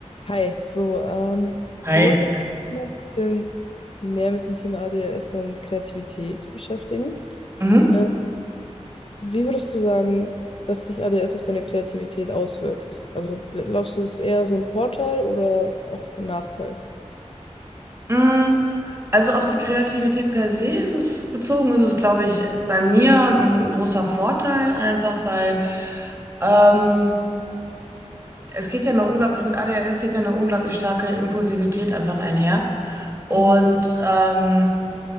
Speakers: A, on the left; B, on the right.
A: Hi, so, ähm,
B: Hi.
A: wir wollten uns mal ein bisschen mehr mit dem Thema ADHS und Kreativität beschäftigen.
B: Mhm.
A: Ähm, wie würdest du sagen, dass sich ADHS auf deine Kreativität auswirkt? Also glaubst du, es ist eher so ein Vorteil oder auch ein Nachteil?
B: Mm, Also auf die Kreativität per se ist es bezogen, ist es, glaube ich, bei mir ein großer Vorteil, einfach weil ähm, es geht ja eine unglaublich, mit ADHS geht ja eine unglaublich starke Impulsivität einfach einher. Und
A: Mhm.
B: ähm,